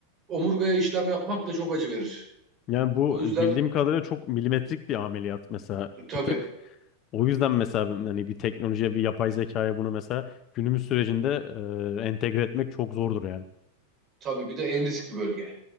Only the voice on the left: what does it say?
Yani bu
bildiğim kadarıyla çok milimetrik bir ameliyat mesela
fıtık. O yüzden mesela hani bir teknolojiye, bir yapay zekaya bunu mesela günümüz sürecinde e, entegre etmek çok zordur yani.